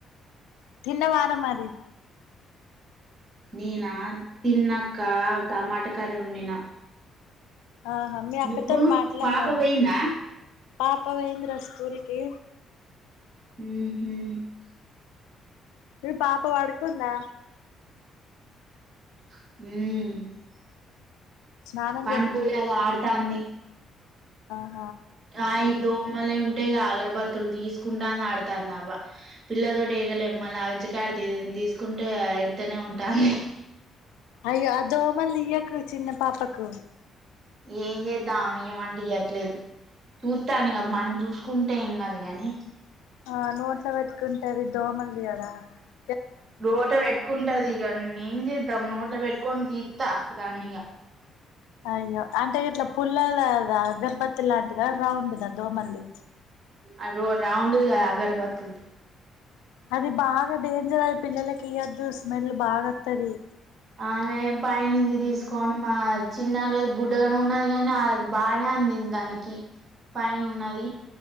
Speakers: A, on the left (about 70°); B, on the right (about 40°).
A: తిన్నావారా మరీ
B: నేనా తిన్నక్క టమాటా కర్రి వండిన
A: ఆహా మీ
B: నువ్వు
A: అక్కతోటి మాట్లాడినాము
B: పాప పోయిందా
A: పాప పోయింద్ర స్కూల్ కి
B: ఉహు
A: మీ పాపపడుకుందా
B: మ్
A: స్నానం
B: పండుకోలేద్ ఆడతాంది
A: ఆ
B: ఆయిదోమలె ఉంట ఇగ అగరబత్తులు తీసుకుంటాది ఆడతాంది అవ్వ పిల్లతోటి ఏగలేం మళ్ళ అజ్జకారి ఏదైనా తీసుకుంటే ఎడితేనే ఉంటాంది.
A: అయ్యో ఆ దోమల్ తియ్యక్ కు చిన్న పాపకు
B: ఏం చేద్దాం ఆమె ఇయ్యమంటే ఇయ్యట్లేదు చూత్తాన ఇగ మనం చూసుకుంటే ఏం కాదు గనీ
A: ఆ నోట్ల పెట్టుకుంటది దోమల్ది కదా ఆ
B: నోట పెట్టుకుంటది ఇగ నీ నేం చేద్దాం నోట్ పెట్టు కొనో దీత దాని ఇగా
A: అయ్యో అంటే ఇట్లా పుల్లదదా గర్బత్తి లాంటిద రౌండ్దా దోమలది
B: అ రో రౌండ్‌ది కదా అగరబత్తులది
A: అది బాగా డేంజర్ అది పిల్లలకీయెద్దు స్మేల్ బాగా వత్తది
B: ఆమె పైనించి తీసుకోని మా చిన్నలే బుడ్డగాను ఉన్నది కానీ ఆళ్ళకు బానే అందింది దానికి పైన ఉన్నది